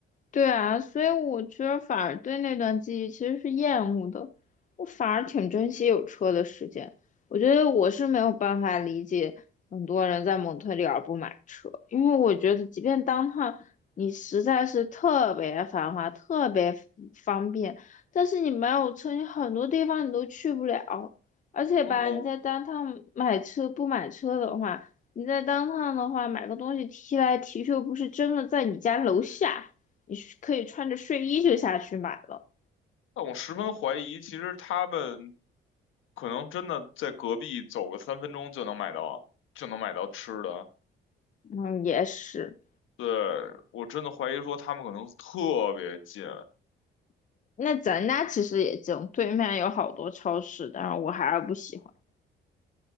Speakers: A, on the left (about 40°); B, on the left (about 80°).
A: 对啊，所以我觉得反而对那段记忆其实是厌恶的，我反而挺珍惜有车的时间。我觉得我是没有办法理解很多人在蒙特利尔不买车，因为我觉得即便当趟你实在是特别繁华、特别方便，但是你没有车，你很多地方你都去不了。而且吧，
B: 我，
A: 你在当趟买车不买车的话，你在当趟的话买个东西提来提去，又不是真的在你家楼下。你可以穿着睡衣就下去买了。
B: 但我十分怀疑，其实他们可能真的在隔壁走个三分钟就能买到，就能买到吃的。
A: 嗯，也是。
B: 对，我真的怀疑说他们可能特别近，
A: 那咱家其实也近，对面有好多超市，但是我还是不喜欢。